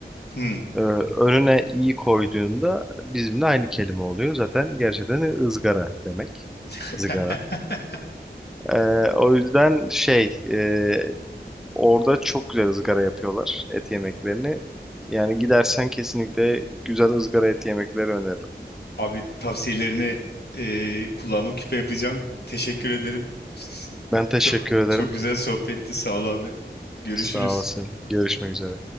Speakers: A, on the left (about 70°); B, in the centre.
A: Hmm.
B: Ee, önüne i koyduğunda bizimle aynı kelime oluyor. Zaten gerçekten ızgara demek.
A: <laughs>
B: Zıgara. Ee, o yüzden şey e, orada çok güzel ızgara yapıyorlar et yemeklerini. Yani gidersen kesinlikle güzel ızgara et yemekleri öneririm.
A: Abi tavsiyelerini e, kulağıma küpe yapacağım. Teşekkür ederim. <laughs>
B: Ben teşekkür
A: Çok
B: ederim.
A: çok Evet. güzel sohbetti. Sağ ol abi. Görüşürüz.
B: Sağ olasın. Görüşmek üzere.